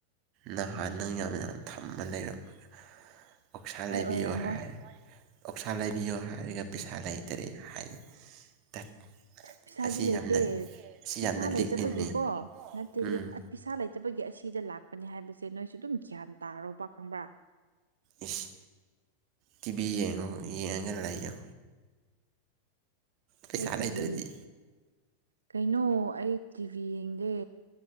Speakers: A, on the right; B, on the right.
A: ꯅꯍꯥꯟ ꯅꯪ ꯌꯥꯝ ꯌꯥꯝ ꯊꯝꯃ ꯂꯩꯔꯝꯝꯕꯒ ꯑꯣꯛꯁꯥ
B: ꯑꯩ
A: ꯂꯩꯕꯤꯌꯨ
B: ꯑꯣꯏꯔꯝꯃꯣꯏ
A: ꯍꯥꯏꯔꯦ ꯑꯣꯛꯁꯥ ꯂꯩꯕꯤꯌꯣ ꯍꯥꯏꯔꯒ ꯄꯩꯁꯥ ꯂꯩꯇ꯭ꯔꯦ ꯍꯥꯏꯌꯦ ꯇꯠ
B: ꯄꯩꯁꯥꯗꯤ
A: ꯑꯁꯤ
B: ꯂꯩꯇꯦ
A: ꯌꯥꯝꯅ ꯑꯁꯤ
B: ꯄꯩꯁꯥ
A: ꯌꯥꯝꯅ ꯂꯤꯛꯏꯅꯤ
B: ꯂꯩꯇꯕꯒꯤꯀꯣ ꯅꯠꯇꯦ
A: ꯎꯝ
B: ꯄꯤꯁꯥ ꯂꯩꯇꯕꯒꯤ ꯑꯁꯤꯗ ꯂꯥꯛꯄꯅꯤ ꯍꯥꯏꯕꯁꯦ ꯅꯣꯏꯁꯨ ꯑꯗꯨꯝ ꯒ꯭ꯌꯥꯟ ꯇꯥꯔꯣꯕ ꯈꯪꯕ꯭ꯔꯥ
A: ꯏꯁ ꯇꯤꯕꯤ ꯌꯦꯡꯉꯣ ꯌꯦꯡꯉꯒ ꯂꯩꯥꯛꯌꯣ ꯄꯩꯁꯥ
B: ꯑꯩ ꯇꯤꯚꯤ
A: ꯂꯩꯇ꯭ꯔꯗꯤ
B: ꯀꯩꯅꯣ ꯑꯩ ꯇꯤꯚꯤ ꯌꯦꯡꯗꯦ